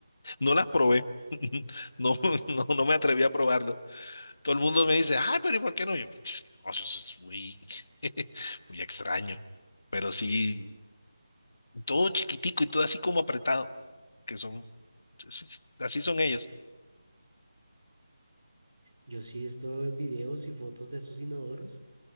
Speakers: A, on the left; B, on the right.
A: no las probé. <laughs> No, no, no me atreví a probarlo. Todo el mundo me dice, ay, pero ¿y por qué no? Y yo, <tsk> "No, eso es muy, <laughs> muy extraño. Pero sí, todo chiquitico y todo así como apretado, que son, es- es- así son ellos.
B: Yo sí he visto videos y fotos de esos inodoros.